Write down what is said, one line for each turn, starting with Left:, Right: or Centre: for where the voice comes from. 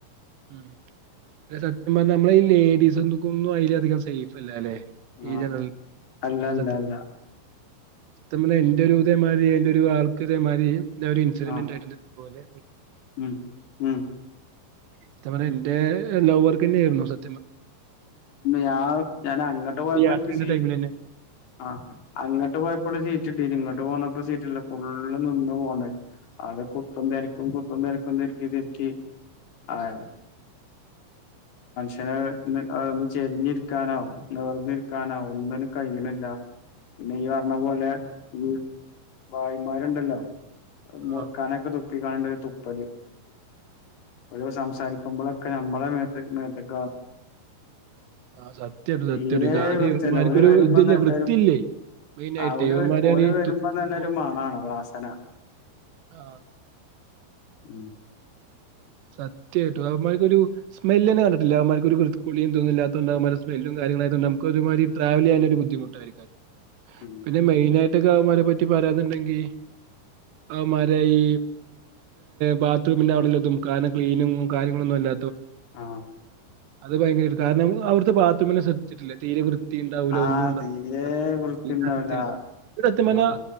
Right: മ് ലെ സത്യം പറഞ്ഞൽ നമ്മള ഈ ലേഡീസ്ന്നക്ക ഒന്നും അതില അധികം സേഫ് അല്ലലേ <unintelligible>
Left: ആ അല്ല അല്ല അല്ല
Right: എന്റെറെ ഒരു ഇതേമാതിരി എന്റെ ഒരു ആൾക്കുതേമാതി ഒരു ഇൻസിഡന്റ്
Left: ആ
Right: ഉണ്ടായിണ്ട് ന ഇത പോലെ
Left: ഉം ഉം
Right: സത്യം പറഞ്ഞ എന്റെ ലവർക്ക് തന്നെയ ആയിരുന്നു സ
Left: ഞാൻ ഞൻ അങ്ങോട്ട് പോയപ്പോ
Right: യാത്രയുടെ
Left: എനിക്ക്
Right: ടൈമിലെന്നെ
Left: ആഹ അങ്ങട്ട് പോയപ്പോഴും ചീറ്റി തിരിങ്ങോട്ട് പോണപ്പോ സീറ്റല്ല ഫുള്ള് നിന്ന് പോണ അത് കുത്തും തിരക്കും കുത്തും തിരക്കും തിർക്കി ആയ <inaudible> ക്ഷനെ അ ഒന്ന് ചെരിഞ്ഞിരിക്കാനോ നേർന്നിരിക്കാനോ ഒന്നും കഴിയണില്ല പിന്നെ ഈ പറഞ്ഞ പോലെ ഈ വായിമാരുണ്ടല്ലോ
Right: ആ
Left: മുർക്കാനൊക്കെ തുപ്പിക്കാണ്ട് തുപ്പല് ഒരു സംസാരിക്കുമ്പോഴൊക്കെ നമ്മള മേതക്ക് <inaudible>
Right: ആ സത്യായിട്ടും
Left: തീരെ
Right: സത്യായിട്ടും കാരണം
Left: വൃത്തിയല്ല
Right: ഇവന്മാർക്കൊരു
Left: ഓല് വരുമ്പോന്ന
Right: ഇതില്ലേ വൃത്തിയില്ലേ
Left: വരും
Right: മെയിനായിട്ട്
Left: ആ ഓല്
Right: ഇവന്മാരാണ്
Left: ഓല്
Right: ഈ
Left: വരുമ്പോ
Right: തുപ്പുമ്പോ
Left: തന്നെരു മണാണ് വാസന
Right: ആ
Left: ഉം
Right: സത്യായിട്ട അ അവർക്കരു സ്മെല് തന്നെ കണ്ടട്ടില്ലമാർക്കരു കൃ കുളിയും തോന്നുന്നില്ലാത്തതണ്ട് സ്മെല് ല്ലും <inaudible> ഒരു ബുദ്ധിമുട്ടായിരിക്ക
Left: ഉം
Right: പിന്നെ മൊയിനായിട്ട് വമാരെ പറ്റി പറയാനുണ്ടെങ്കി അവന്മാരെ ഈ ബാത്റൂമിന്റെ അവിടെലതും കാരണം ക്ലീനിങ്ങും കാര്യങ്ങളൊന്നും അല്ല
Left: ആ
Right: അത് ഭയങ്കര കാരണം അ അവടുത്തെ ബാത്റൂമിനെ ശ്രച്ചിട്ടില്ല തീരെ വൃതി ണ്ടാവൂല
Left: ആഹ്
Right: ഒന്നും ഉണ്ടാവൂല.
Left: തീരെ വൃത്തിണ്ടാവില്ല
Right: ക്ലീൻ അക്കത്തില്ല. സത്യം
Left: ആഹ്
Right: പറഞ്ഞ